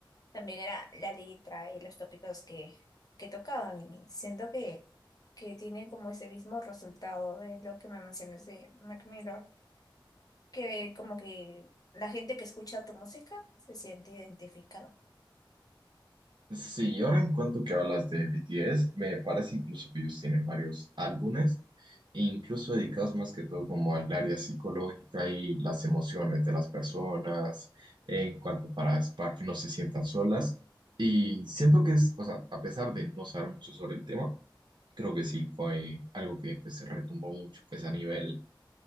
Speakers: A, on the left; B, on the right.
A: también era la letra y los tópicos que, que tocaban. Y siento que, que tiene como ese mismo resultado de lo que me mencionas de Mac Miller, que como que la gente que escucha tu música se siente identificada.
B: Sí, ahora en cuanto que hablas de BTS, me parece incluso que ellos tienen varios álbumes, e incluso dedicados más que todo como al área psicológica y las emociones de las personas, en cuanto para, para que no se sientan solas. Y siento que es, o sea, a pesar de no saber mucho sobre el tema, Creo que sí fue algo que pues, se retumbó mucho pues, a nivel